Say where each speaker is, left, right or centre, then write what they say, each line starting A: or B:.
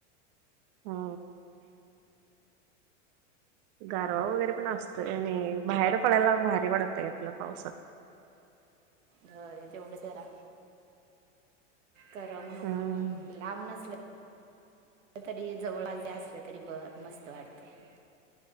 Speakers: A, on the right (about 45°); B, on the right (about 85°).
A: हा गारवा वगैरे पण असतोय आणि बाहेर पडायला भारी वाटतय असल्या पावसात.
B: होय तेवढं जरा करावं क नको
A: हम्म.
B: म्हणून लांब न तरी जवळल असले तरी ब मस्त वाढतयं